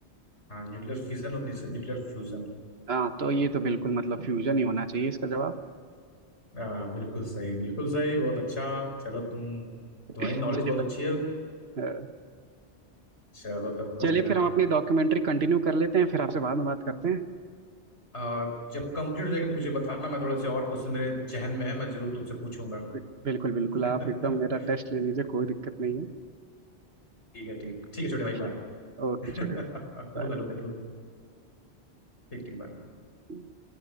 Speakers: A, on the left; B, on the right.
A: हाँ न्यूक्लियर फिजन और न्यूक्लियर फ्यूजन
B: हाँ तो ये तो बिल्कुल मतलब फ्यूजन ही होना चाहिए इसका जवाब
A: हाँ बिल्कुल सही बिल्कुल सही बहुत अच्छा चलो तुम
B: <laughs>
A: तुम्हारी नॉलेज
B: चलिए
A: बहुत
B: बच
A: अच्छी है
B: गए
A: चलो तब बढ़िया
B: चलिए फिर हम अपनी डॉक्यूमेंट्री कंटिन्यू कर लेते हैं फिर आपसे बाद में बात करते हैं
A: आ, जब कंप्लीट हो जाएगा तो मुझे बताना मैं थोड़ा से और क्वेश्चन मेरे जहन में है मैं जरूर तुमसे पूछूंगा
B: बि- बिल्कुल बिल्कुल
A: <laughs> ठीक
B: आप एकदम मेरा टेस्ट ले लीजिए कोई दिक्कत नहीं है
A: है ठीक है ठीक है छोटे भाई
B: ठीक
A: बाय
B: ओके
A: <laughs>
B: छोटे भाई
A: लूंगा
B: बाय
A: लूंगा जरूर ठीक ठीक बाय
B: बाय